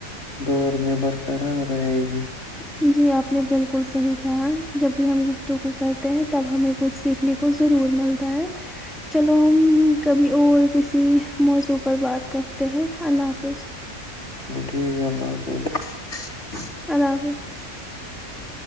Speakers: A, on the left; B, in the centre.
A: دور میں برقرار رہے گی <unintelligible>
B: جی آپ نے بالکل صحیح کہا جب بھی ہم گفتو کوو کرتے ہیں تب ہمیں کچھ سیکھنے کو ضرور ملتا ہے چلو ہم کبھی اور کسی موضوع پر بات کرتے ہیں اللہ حافظ <unintelligible>
A: ٹھیک ہے اللہ حافظ <unintelligible>
B: اللہ حافظ <unintelligible>